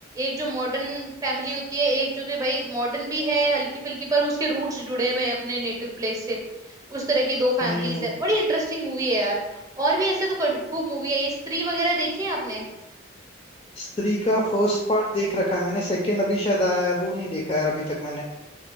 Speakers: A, on the right; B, on the left.
A: एक जो मॉडर्न फैमिली होती है एक जो कि भाई मॉडर्न भी है हल्की फुल्की पर उसके रूट्स जुड़े हुए हैं अपने नेटिव प्लेस से उस तरह की दो फैमिलीज
B: हम्म
A: है बड़ी इंटरेस्टिंग मूवी है यार और भी ऐसे तो करनी- खूब मूवी है ये स्त्री वगैरह देखी है आपने
B: स्त्री का फर्स्ट पार्ट देख रखा है मैंने सेकंड अभी शायद आया है वो नहीं देखा यार अभी तक मैंने